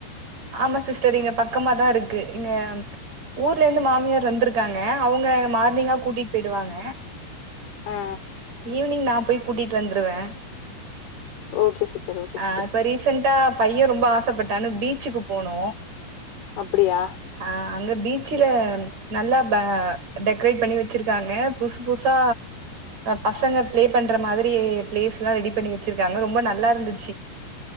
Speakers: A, on the right; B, on the left.
A: ஆமா சிஸ்டர் இங்க பக்கமாதா இருக்கு இங்க ஊர்லிந்து மாமியார் வந்துருக்காங்க அவுங்க மார்னிங்கா கூட்டிட் போயிடுவாங்க
B: ஆ
A: ஈவனிங் நாப் போய் கூட்டிட்டு வந்துருவே
B: ஓகே சிஸ்டர் ஓகே
A: ஆ
B: சிஸ்டர்
A: இப்ப ரீசன்டா பையன் ரொம்ப ஆச பட் டானு பி ச்சுக்கு போனோ
B: அப்டியா
A: ஆ அங்க பீச்சல நல்லா பா டெக்கரேட் பண்ணி வச்சிருக்காங்க புசு புசுசா பசங்க பிளே பண்ற மாதிரி பிளேஸ் எல்லாம் ரெடி பண்ணி வச்சிருக்காங்க ரொம்ப நல்லா இருந்துச்சு